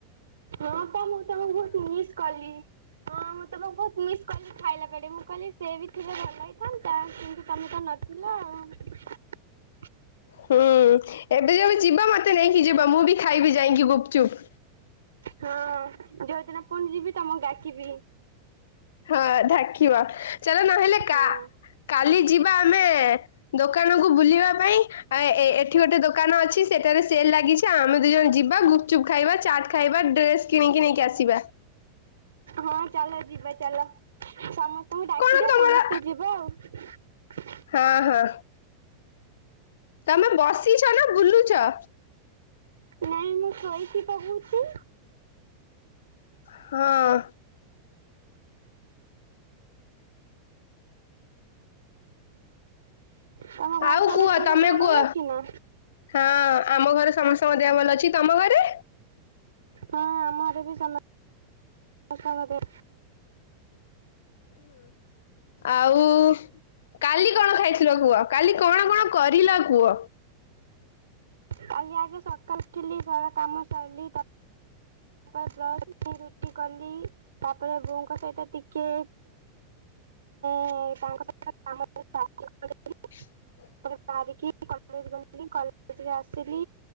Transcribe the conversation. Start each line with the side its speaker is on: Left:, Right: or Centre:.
Right: ହଁ ତ ମୁଁ ତମକୁ ବହୁତ ମିସ୍ କଲି
Left: ହ
Right: ହଁ
Left: <inaudible>
Right: ମୁଁ ତମକୁ ବହୁତ ମିସ୍ କଲି ଖାଇଲା ବେଳେେ ମୁଁ କହିଲି ସେ ବି ଥିଲେ ଭଲ ହେଇଥାନ୍ତା କିନ୍ତୁ ତମେ ତ ନଥିଲ ଅ ହଁ।
Left: ହୁଁ ଏବେ ଯେବେ ଯିବ ମତେ ନେଇକି ଯିବା ମୁଁ ବି ଖାଇବି ଯାଇକି ଗୁପଚୁପ୍
Right: ହଁ ଯୋଉଦିନ ପୁଣି ଯିବି ତମକୁ ଡାକିବି
Left: ହଁ ଢାକିବା ଚାଲ ନହେଲେ କା
Right: ହଁ।
Left: କାଲି ଯିବା ଦେଖିବା ଆମେ ଦୋକାନକୁୁ ବୁଲିବା ପାଇଁ ଆଏଁ ଏ ଏଠି ଗୋଟେ ଦୋକାନ ଦୋକାନ ଅଛି ସେଠାରେ ସେଲ୍ ଲାଗିଛି ଆମେ ଦୁଇ ଜଣ ଯିବା ଗୁପଚୁପ୍ ଖାଇବା ଚାଟ୍ ଖାଇବା ଡ୍ରେସ୍ କିଣିକି ନେଇକି ଆସି ଯିବା
Right: ହଁ ଚାଲ ଯିବା ଚାଲ ସମସ୍ତଙ୍କୁ ଡାକିବେ
Left: କଣ ତମର
Right: ସମସ୍ତେ ଯିବ ଅ
Left: ହଁ ହଁ। ତମେ ବସିଛ ନା ବୁଲୁଛ?
Right: ନାଇଁ ମୁଁ ଶୋଇଛିି କହୁଚି।
Left: ହଁ।
Right: ତମ ଘରେ
Left: ଆଉ
Right: ସମସ୍ତଙ୍କ
Left: କୁହ ତମେ
Right: ଦେହ ଭଲ
Left: କୁହ
Right: ଅଛି ନା
Left: ହଁ ଆମ ଘରେ ସମସ୍ତଙ୍କ ଦେହ ଭଲ ଅଛି। ତମ ଘରେ?
Right: ହଁ ଆମର ବି ସମ ସମତେ ଦେହ
Left: ଆଉ। କାଲି କଣ ଖାଇଥିଲ କୁହ କାଲି କଣ କଣ କରିଲ କୂହ?
Right: କାଲି ଆଗେ ସକାଳୁ ଉଠିଲି ଘର କାମ ସାରିଲି ତାପରେ ବ୍ରସ୍ ରୁଟି କଲି ତାପରେ ବୋଉଙ୍କ ସହିତ ଟିକିଏ ମୁଁ ତାଙ୍କ ସହି କାମ ସାହାଯ୍ୟ <unintelligible>
Left: ହ ହଁ <inaudible>
Right: ପରେ ବାହାରିକି କଲେଜ ଗଲି କଲେଜରେ ଆସିଲି